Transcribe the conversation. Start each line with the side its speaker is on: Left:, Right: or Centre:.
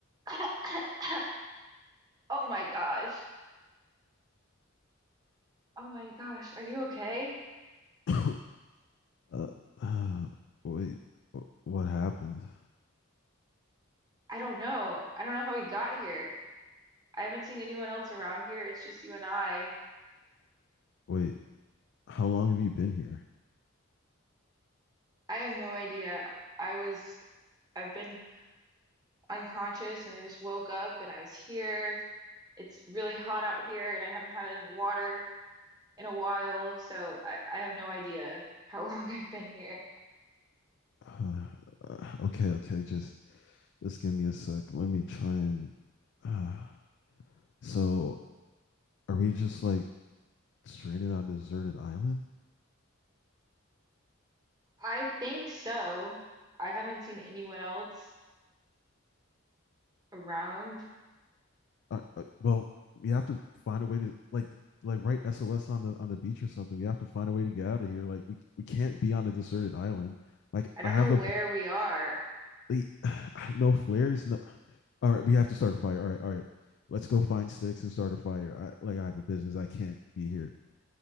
Right: <coughs> Oh my gosh. Oh my gosh. Are you okay?
Left: <coughs> uh, <sighs> uh, wait, what happened?
Right: I don't know. I don't know how we got here. I haven't seen anyone else around here. It's just you and I.
Left: Wait, how long have you been here?
Right: I have no idea. I was, I've been unconscious and I just woke up and I was here. It's really hot out here and I haven't had any water in a while, so I, I have no idea how long <laughs> I've been here.
Left: <sighs> Uh, uh, okay, okay, just just give me a sec. Let me try and. <sighs> Uh, so, are we just like stranded on a deserted island?
Right: I think so. I haven't seen anyone else around.
Left: Uh, uh, well, we have to find a way to like like write SOS on the on the beach or something. We have to find a way to get out of here. Like we we can't be on a deserted island. Like
Right: I don't
Left: I have
Right: know where
Left: a
Right: we are.
Left: like, <sighs> no flares. No, all right, we have to start a fire. All right, all right, let's go find sticks and start a fire. I, like I have a business, I can't be here.